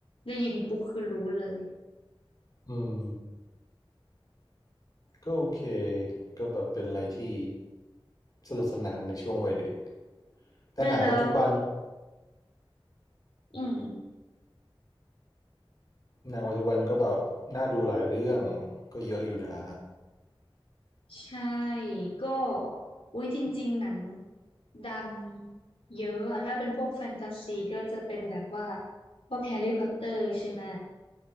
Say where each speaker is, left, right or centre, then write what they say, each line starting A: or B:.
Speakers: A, on the left; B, on the left.
A: ได้ยินปุ๊บคือรู้เลย
B: อืมก็โอเคก็แบบเป็นอะไรที่สนุกสนานในช่วงวัยเด็กแต่หนังปัจจุบัน
A: แม่แล้วอืม
B: หนังปัจจุบันก็แบบน่าดูหลายเรื่องก็เยอะอยู่นะ
A: ใช่ ก็อุ้ยจริงๆหนังดังเยอะอะ ถ้าเป็นพวกแฟนตาซีก็จะเป็นแบบว่า พวกแฮร์รี่พอตเตอร์ใช่ไหม